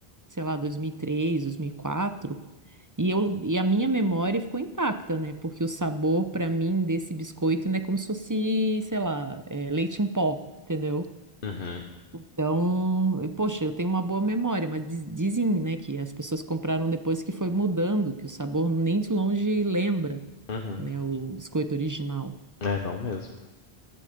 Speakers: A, on the right; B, on the left.
A: sei lá, 2003, 2004. E, três, dois mil e quatro. E, eu, e a minha memória ficou intacta, né? Porque o sabor, pra mim, desse biscoito, né, é como se fosse, sei lá, é, leite em pó, entendeu?
B: uhum,
A: Então, eu- poxa, eu tenho uma boa memória, mas diz- dizem, né, que as pessoas compraram depois que foi mudando, que o sabor nem de longe lembra,
B: uhum.
A: né, o biscoito original.
B: É, não mesmo.